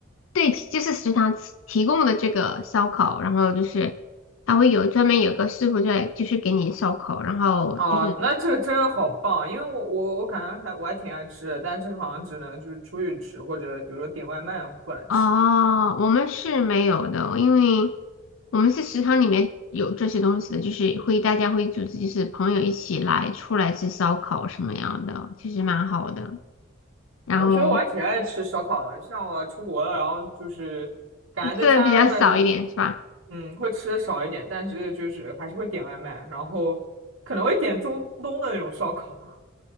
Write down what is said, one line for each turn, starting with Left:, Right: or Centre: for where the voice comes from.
Left: 对，就是食堂提提供的这个烧烤，然后就是它会有专门有个师傅在，就是给你烧烤，然后就是
Right: 哦，那这个真的好棒，因为我我我感觉还我还挺爱吃的，但这个好像只能就是出去吃，或者比如说点外卖过来吃。
Left: 哦，我们是没有的，因为我们是食堂里面有这些东西的，就是会大家会组织，就是朋友一起来出来吃烧烤什么样的，其实蛮好的。
Right: 我觉得我还挺爱吃烧烤的，
Left: 然后
Right: 像我出国了，然后就是感觉在家这边，
Left: 吃的比较少一点是吧？
Right: 嗯，会吃的少一点，但是就是还是会点外卖，然后可能会点中东的那种烧烤，